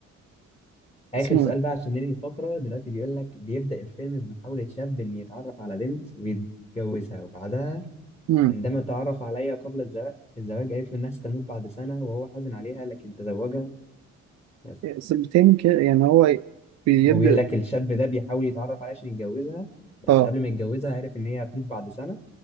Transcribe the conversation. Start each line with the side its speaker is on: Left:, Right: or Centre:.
Left: آخر
Right: اسمه
Left: سؤال بقى عشان ننهي الفقرة دلوقتي بيقول لك بيبدأ الفيلم بمحاولة شاب إن يتعرف على بنت ويتجوزها وبعدها
Right: إيه؟
Left: عندما تعرف عليها قبل الزواج الزواج قالت له إنها ستموت بعد سنة وهو حزن عليها لكن تزوجها بس
Right: سنتين كده يعني هو بيبدأ
Left: هو بيقول لك الشاب ده بيحاول يتعرف عليها عشان يتجوزها بس
Right: اه
Left: قبل ما يتجوزها عارف ان هي هتموت بعد سنة